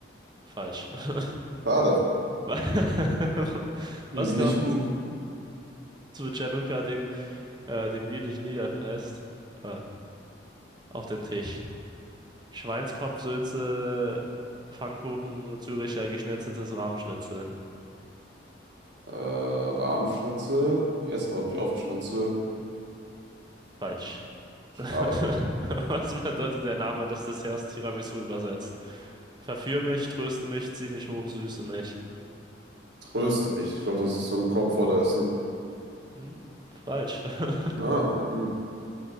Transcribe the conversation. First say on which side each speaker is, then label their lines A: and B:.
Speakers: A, on the right; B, on the right.
A: Falsch. <laughs>
B: Schade.
A: Wa- <laughs> Was
B: Wir sind
A: kommt
B: nicht gut.
A: <laughs> zu Chanukka, dem, äh, dem jüdischen Niederfest, äh, auf den Tisch? Schweinskopfsülze, Pfannkuchen, Züricher geschnetzeltes Rahmschnitzel.
B: Äh, Rahmschnitzel. Die essen, glaube ich, oft Schnitzel.
A: Falsch. <laughs>
B: Schade.
A: Was bedeutet der Name des Desserts Tiramisu übersetzt? Verführ mich, tröste mich, zieh mich hoch, süße mich.
B: Tröste mich. Ich glaube, das ist so ein Komfortessen.
A: Hm? Falsch. <laughs>
B: Na, hm.